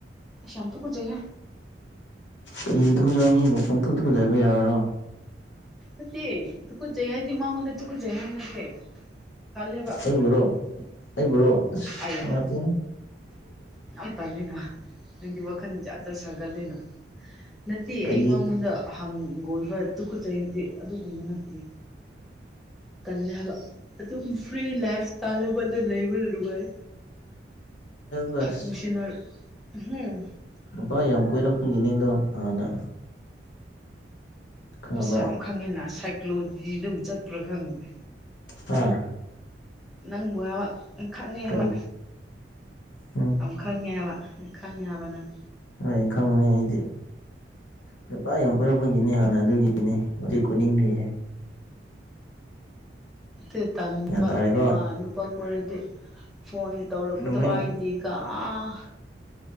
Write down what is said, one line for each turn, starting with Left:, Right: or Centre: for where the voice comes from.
Centre: ꯏꯁ ꯌꯥꯝ ꯇꯨꯀꯆꯩꯍꯦ
Left: ꯀꯔꯤꯒꯤ ꯇꯨꯀꯠꯆꯕ ꯃꯤꯕꯨ ꯄꯪꯇꯨ ꯇꯨꯀꯠꯆꯕ ꯌꯥꯕ꯭ꯔꯣ
Centre: ꯅꯠꯇꯦ ꯇꯨꯀꯠꯆꯩ ꯍꯥꯏꯗꯤ ꯃꯥꯉꯣꯟꯗ ꯇꯨꯀꯠꯆꯩ ꯍꯥꯏꯕ ꯅꯠꯇꯦ ꯇꯜꯂꯦꯕ
Left: ꯑꯩꯕꯨꯔꯣ ꯑꯩꯕꯨꯔꯣ ꯑꯁ
Centre: ꯑꯩꯌꯥ
Left: ꯅꯨꯡꯉꯥꯏꯇꯦꯍꯦ
Centre: ꯌꯥꯝ ꯇꯜꯂꯤꯅ ꯅꯪꯗꯤ ꯋꯥꯈꯜ ꯖꯥꯠ ꯖꯥꯠ ꯁꯥꯒꯠꯂꯤꯅ ꯅꯠꯇꯦ
Left: ꯀꯔꯤ
Centre: ꯑꯩ ꯃꯉꯣꯟꯗ ꯍꯪꯒꯣꯏꯕ ꯇꯨꯈꯠꯆꯩꯗꯤ ꯑꯗꯨꯒꯨꯝꯕ ꯅꯠꯇꯦ ꯇꯜꯂꯦ ꯍꯥꯏꯕ ꯑꯗꯨꯝ ꯐ꯭ꯔꯤ ꯂꯥꯏꯐ ꯏꯁꯇꯥꯏꯜ ꯑꯃꯗ ꯂꯩꯕ ꯅꯨꯡꯉꯥꯏ
Left: ꯕꯁ
Centre: ꯅꯨꯡꯁꯤꯅꯔ ꯎꯍꯨꯝ
Left: ꯅꯨꯄꯥ ꯌꯥꯝ ꯀꯣꯏꯔꯛꯄꯒꯤꯅꯦꯗꯣ ꯍꯥꯟꯅ ꯈꯪꯉꯕ
Centre: ꯌꯥꯝ ꯈꯪꯉꯦꯅ ꯁꯥꯏꯀꯂꯣꯖꯤꯗꯨꯝ ꯆꯠꯄ꯭ꯔꯥ ꯈꯪꯗꯦ
Left: ꯑꯥ
Centre: ꯅꯪꯕꯨ ꯍꯥꯏꯕ ꯈꯪꯉꯦ ꯍꯥꯏꯕ
Left: ꯀꯔꯤ ꯎꯝ
Centre: ꯌꯥꯝ ꯈꯪꯉꯦ ꯍꯥꯏꯕ ꯈꯪꯉꯦ ꯍꯥꯏꯕ ꯅꯪ
Left: ꯍꯣꯏ ꯈꯪꯕꯅꯤ ꯑꯩꯗꯤ ꯅꯨꯄꯥ ꯌꯥꯝ ꯀꯣꯏꯔꯛꯄꯒꯤꯅꯤ ꯍꯥꯟꯅ ꯑꯗꯨꯒꯤꯅꯤ ꯍꯧꯖꯤꯛ ꯀꯣꯏꯅꯤꯡꯗ꯭ꯔꯤꯁꯦ
Centre: ꯑꯗꯨ ꯇꯟꯕ
Left: ꯒ꯭ꯌꯥꯟ ꯇꯥꯔꯦꯀꯣ
Centre: ꯅꯨꯄꯥ ꯑꯣꯏꯔꯗꯤ ꯐꯣꯟ ꯇꯧꯔꯛꯄꯗ
Left: ꯅꯣꯡꯃꯩ
Centre: ꯄꯥꯏꯗꯦꯒ ꯑꯥ